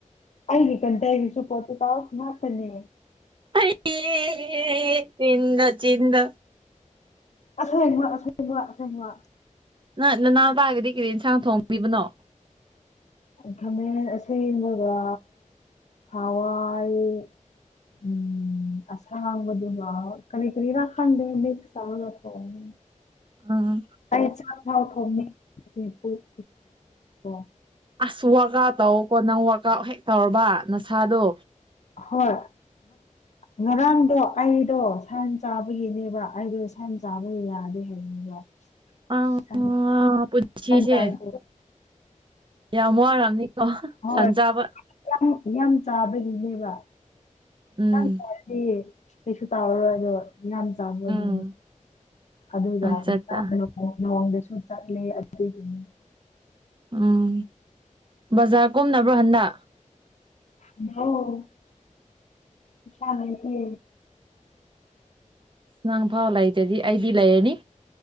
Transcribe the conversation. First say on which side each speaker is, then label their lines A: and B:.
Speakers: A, on the left (about 60°); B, on the right (about 40°).
A: ꯑꯩꯒꯤ ꯀꯟꯇꯦꯒꯤꯁꯨꯨ ꯄꯣꯇꯨꯒꯜ ꯉꯥꯛꯇꯅꯦ
B: ꯑꯩ ꯆꯤꯟꯗ ꯆꯤꯟꯗꯣ
A: ꯑꯁꯦꯡꯕ ꯑꯁꯦꯡꯕ ꯑꯁꯦꯡꯕ
B: ꯅ ꯅꯅꯥꯎꯄꯥꯒꯤꯗꯤ ꯀꯩ ꯌꯦꯟꯁꯥꯡ ꯊꯣꯡꯕꯤꯕꯅꯣ
A: ꯈꯃꯦꯟ ꯑꯁꯦꯡꯕꯒ ꯍꯋꯥꯏ ꯎꯝ ꯑꯁꯥꯡꯗꯨꯒ ꯀꯔꯤ ꯀꯔꯤꯔꯥ ꯈꯪꯗꯦ ꯃꯤꯛꯁ ꯇꯧꯔꯒ ꯊꯣꯡ <unintelligible>
B: ꯑ
A: ꯑꯩ ꯆꯥꯛ ꯊꯥꯎ ꯊꯣꯡꯅꯤꯡ <unintelligible> ꯄꯨꯛ <unintelligible>
B: ꯑꯁ ꯋꯥꯔꯥꯛ ꯑꯥꯎꯠ ꯇꯧꯀꯣ ꯅꯪ ꯋꯔꯥꯛ ꯑꯥꯎꯠ ꯍꯦꯛ ꯇꯧꯔꯕ ꯅꯁꯥꯗꯣ
A: ꯍꯣꯏ ꯉꯔꯥꯡꯗꯣ ꯑꯩꯗꯣ ꯁꯟ ꯆꯥꯕꯒꯤꯅꯦꯕ ꯑꯩꯗꯣ ꯁꯟ ꯆꯥꯕ ꯌꯥꯗꯦ ꯍꯥꯏꯕꯅꯤ
B: ꯑꯥ ꯄꯨꯟꯁꯤꯁꯦ
A: ꯊꯥꯡꯨ
B: ꯌꯥꯝ ꯋꯥꯝꯅꯤꯀꯣ
A: ꯍꯣꯏ
B: ꯁꯟ ꯆꯥꯕ
A: ꯌꯥꯝ ꯌꯥꯝ ꯆꯥꯕꯒꯤꯅꯦꯕ
B: ꯎꯝ
A: ꯈꯤꯇꯪ <unintelligible> ꯀꯩꯁꯨ ꯇꯧꯔꯔꯣꯗꯨ ꯌꯥꯝ ꯆꯥꯕꯒꯤꯅꯦ
B: ꯎꯝ
A: ꯑꯗꯨꯒ
B: ꯑꯠꯆꯥ
A: <unintelligible>
B: ꯑꯠꯆꯥ
A: ꯅꯣꯡꯗꯁꯨ ꯆꯠꯂꯦ <unintelligible>
B: ꯎꯝ ꯕꯖꯥꯔ ꯀꯨꯝꯅꯕ꯭ꯔꯣ ꯍꯟꯗꯛ
A: <unintelligible> ꯄꯩꯁꯥ ꯂꯩꯇꯦ
B: ꯅꯪ ꯐꯥꯎ ꯂꯩꯇꯗꯤ ꯑꯩꯗꯤ ꯂꯩꯔꯅꯤ